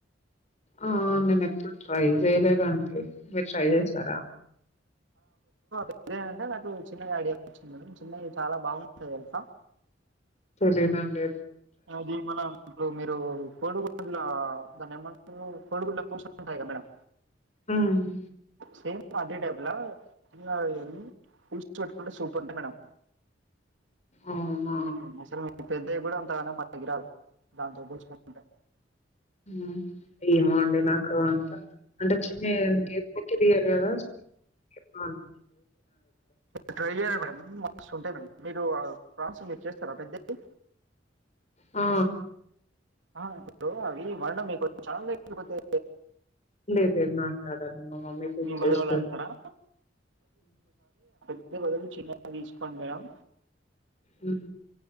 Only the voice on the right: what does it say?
బిర్యానీ అంటే నాకు చిన్నగా ఐడియా వచ్చింది మేడం చిన్నయ్ చాలా బాగుంటయ్ తెల్సా
అది మనం ఇప్పుడు మీరు కోడుగట్ల దాన్ని ఏమంటారు కోడిగుడ్ల కొసల్ ఉంటాయ్ గా మేడం
సేమ్ అదే టైప్లా చిన్న ఎమ్ పులుసు పెట్టుకుంటే సూపర్ ఉంటై మేడం
మ్ అసలు పెద్దయ్ కూడా అంతగానం పనికి రావు దాంతో పోల్చుకుంటే
ట్రై చేయాలె మేడం మస్తుటాయ్ మేడం మీరు ఆ ఫ్రాన్స్ మీరు చేస్తారా పెద్దయ్
ఆ ఇప్పుడు అవి వండడా మీ కొచ్చ లేపోతే
మీ
మదర్ వాళ్ళు అంటారా పెద్దయ్ బదులు చిన్నగ తీసుకోండి మేడం